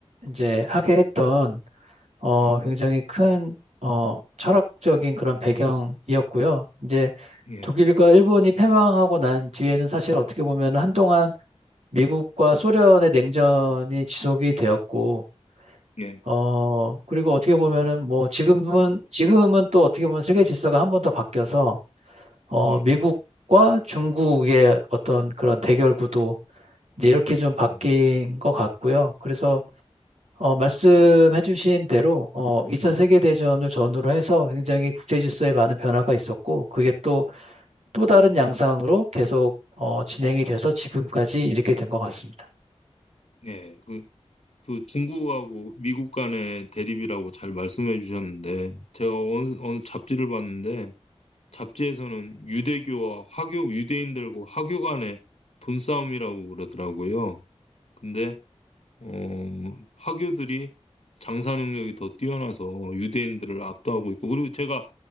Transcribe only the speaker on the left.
예,
예,
예,
예,
음,
음.
예. 그 그 중국하고 미국 간의 대립이라고 잘 말씀해 주셨는데 제가 어느, 어느 잡지를 봤는데 잡지에서는 유대교와 화교 유대인들과 화교 간의 돈싸움이라고 그러더라고요. 근데 어, 화교들이 장사 능력이 더 뛰어나서 유대인들을 압도하고 있고 그리고 제가